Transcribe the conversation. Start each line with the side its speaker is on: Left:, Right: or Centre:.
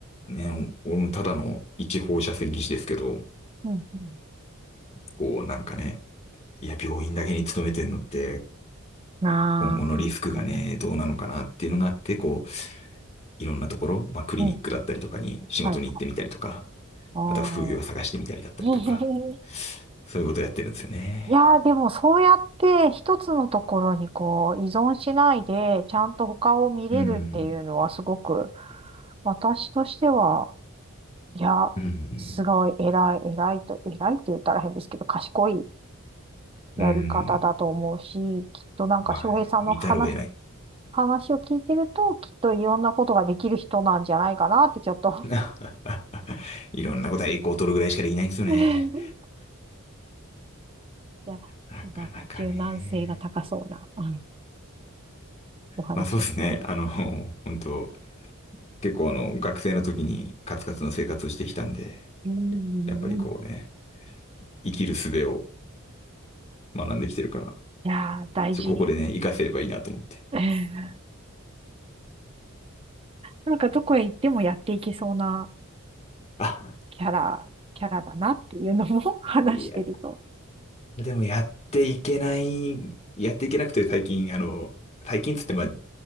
Left: あ、ね、お俺もただの一放射線技師ですけど、
Right: うん。うん
Left: こう、なんかね、いや、病院だけに勤めてんのって、
Right: うん。ああ。
Left: 今後のリスクがね、
Right: うん
Left: どうなのかなっていうのがあって、こう、いろんなところ、まあ、クリニックだったりとかに仕事に行ってみたりとか、
Right: うん。はい。あ
Left: あとは副業を探してみたりだったりとか、
Right: あ。<laughs>
Left: そういうことやってるんですよね。
Right: いやー、でもそうやって一つのところにこう依存しないで、ちゃんと他を見れるっていうのはすごく、
Left: うん。
Right: 私としては、いや、
Left: うん。
Right: すごい偉い、偉いと、偉いって言ったら変ですけど、賢いやり方だと思うし、
Left: うん。
Right: きっとなんか翔平さんの話、
Left: まあね、見ざるを得ない。
Right: 話を聞いてると、きっといろんなことができる人なんじゃないかなってちょっと
Left: <laughs> いろんなことは栄光を取るぐらいしかできないんですよね。
Right: <laughs> いや、
Left: なかなかね。
Right: なんか柔軟性が高そうな、あのお話を聞いてると。
Left: まあそうですね。あの、本当結構あの、学生の時にカツカツの生活をしてきたんで、
Right: うん。
Left: やっぱりこうね、
Right: い
Left: 生きる術を学んできてるから、
Right: やー、大事。
Left: ちょ、ここでね、活かせればいいなと思って。
Right: <laughs> なんかどこへ行ってもやっていけそうな
Left: あ、
Right: キャラ、キャラだなっていうのも <laughs> 話してると。
Left: いや、でもやっていけない、やっていけなくて最近、あの、最近っつってまあ